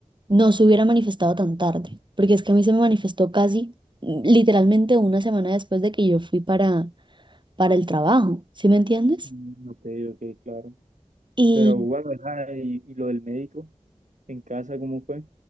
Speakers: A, on the right; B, on the right.
A: no se hubiera manifestado tan tarde, porque es que a mí se me manifestó casi mm, literalmente una semana después de que yo fui para, para el trabajo, ¿sí me entiendes?
B: Mm, Ok, ok, claro.
A: Y
B: Pero bueno, ajá, y, y lo del médico en casa, ¿cómo fue?